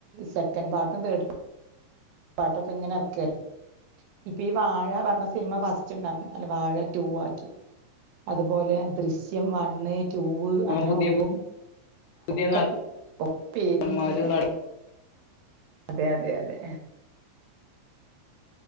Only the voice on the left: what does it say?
പുതിയ
പുതിയ
നടന്മാര് നട